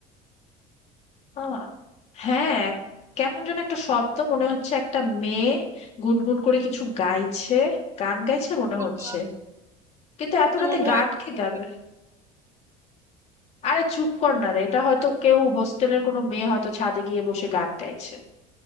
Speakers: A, on the left; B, on the right.
A: আহ, হ্যাঁ এক- কেমন যেন একটা শব্দ মনে হচ্ছে একটা মেয়ে গুনগুন করে কিছু গাইছে গান গাইছে মনে
B: বাবা
A: হচ্ছে কিন্তু এত
B: আমার
A: রাতে
B: ভয়
A: গান
B: করছে
A: কে গাবে আরে চুপ কর না রে এটা হয়তো কেউ হোস্টেলের কোনো মেয়ে হয়তো ছাদে গিয়ে বসে গান গাইছে